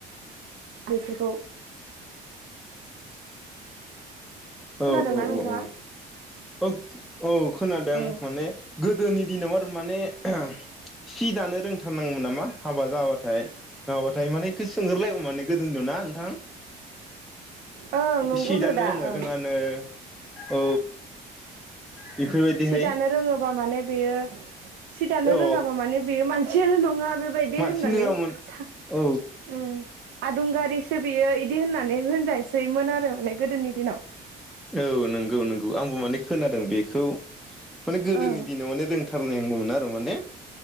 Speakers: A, on the right (about 75°); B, in the centre.
A: बेफोरखौ
B: औ
A: खोनादोंना
B: औ
A: नोंथाङा
B: औ औ। ओग। औ खोनादों
A: ओं
B: माने गोदोनि दिनाव आरो माने ओहोम सि दानो रोंथारनांगौमोन नामा हाबा जाबाथाय नङाबाथाय माने सोंगोरलायो माने गोदोनि दिनाव ना नोंथां?
A: ओं नंगौनो
B: सि दानो
A: दा
B: रोङो
A: ओं
B: रोङानो औ। बेफोरबायदिहाय
A: सि दानो रोङोबा माने बेयो सि दानो
B: औ
A: रोङाबा माने बेयो मान सियानो नङा बेबायदि
B: मानसि
A: होननानै
B: नङामोन
A: सा
B: औ
A: उम। आदुंगारिसो बियो इदि होननानै होनजासैमोन आरो माने गोदोनि दिनाव।
B: औ नोंगौ नोंगौ आंबो माने खोनादों बेखौ। माने गोदोनि
A: ओं
B: दिनाव माने रों खालानांगौमोन आरो माने